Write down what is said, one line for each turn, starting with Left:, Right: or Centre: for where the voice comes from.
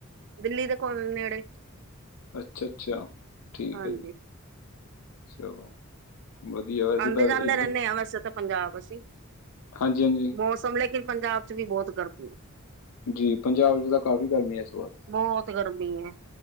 Right: ਦਿੱਲੀ ਦੇ ਕੋਲ ਨੇੜੇ।
Left: ਅੱਛਾ, ਅੱਛਾ ਠੀਕ
Right: ਹਾਂਜੀ
Left: ਹੈ ਜੀ। ਚਲੋ। ਵਧੀਆ। ਵੈਸੇ
Right: ਆਂਦੇ
Left: ਤਾਂ
Right: ਜਾਂਦੇ
Left: ਇੱਧਰ
Right: ਰਹਿੰਨੇ ਆ ਵੈਸੇ ਤਾਂ ਪੰਜਾਬ ਅਸੀ।
Left: ਹਾਂਜੀ, ਹਾਂਜੀ।
Right: ਮੌਸਮ ਲੇਕਿਨ ਪੰਜਾਬ ਚ ਵੀ ਬਹੁਤ ਗਰਮੀ
Left: ਜੀ ਪੰਜਾਬ 'ਚ ਤਾਂ ਕਾਫੀ ਗਰਮੀ ਹੈ ਇਸ ਵਾਰ
Right: ਬਹੁਤ ਗਰਮੀ ਏ।